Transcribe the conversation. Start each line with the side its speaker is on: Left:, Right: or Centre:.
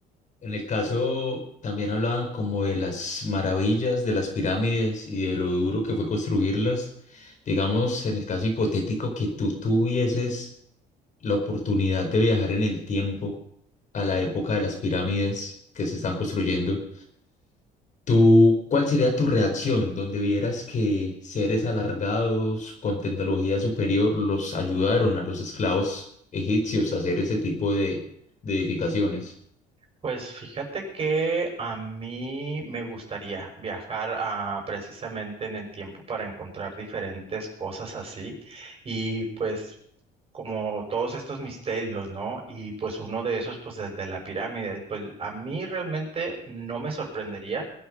Left: en el caso también hablaban como de las maravillas de las pirámides y de lo duro que fue construirlas. Digamos, en el caso hipotético que tú tuvieses la oportunidad de viajar en el tiempo a la época de las pirámides que se están construyendo. ¿Tú, cuál sería tu reacción donde vieras que seres alargados con tecnología superior los ayudaron a los esclavos egipcios a hacer ese tipo de, de edificaciones?
Right: Pues fíjate que a mí me gustaría viajar a, precisamente en el tiempo para encontrar diferentes cosas así y pues como todos estos misterios, ¿no? Y pues uno de esos, pues el de la pirámide, pues a mí realmente no me sorprendería